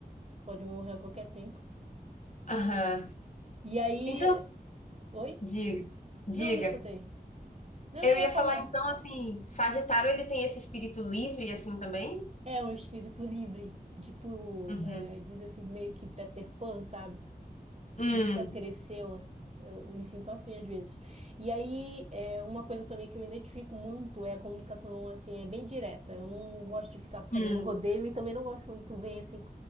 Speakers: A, on the right; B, on the left.
A: Pode morrer a qualquer tempo.
B: Aham.
A: E aí.
B: Então,
A: Oi?
B: diga, diga.
A: Não, não escutei. Não,
B: Eu
A: eu ia
B: ia
A: falar.
B: falar então assim, Sagitário ele tem esse espírito livre assim também?
A: É um espírito livre, tipo,
B: Uhum.
A: é, diz assim, meio que Peter Pan, sabe?
B: Hum,
A: Nunca cresceu. Eu me sinto assim às vezes. E aí, é, uma coisa também que eu identifico muito é a comunicação, assim, é bem direta. Eu não gosto de ficar fazendo
B: hum,
A: rodeio e também não gosto quando tu vem, assim,